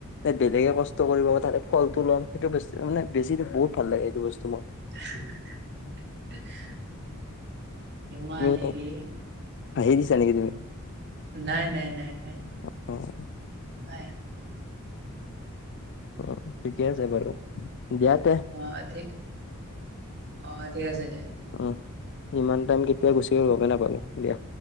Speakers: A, on the left; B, on the right.
A: এ বেলেগে কষ্ট কৰিব তাতে ফলটো ল'ম, সেইটো বেছ মানে বেছিটো বহুত ভাল লাগে এইটো বস্তু মোৰ।
B: <unintelligible> ইমান
A: তুমি
B: হেৰি
A: হাঁহি দিছা নেকি তুমি
B: নাই' নাই' নাই' নাই'।
A: অ',
B: নাই।
A: অ', ঠিকে আছে বাৰু দিয়াত
B: অ', ঠিক অ' ঠিক আছে দিয়া।
A: অ ইমান টাইম কেতিয়া গুচি গ'ল, গমে নাপালো দিয়া।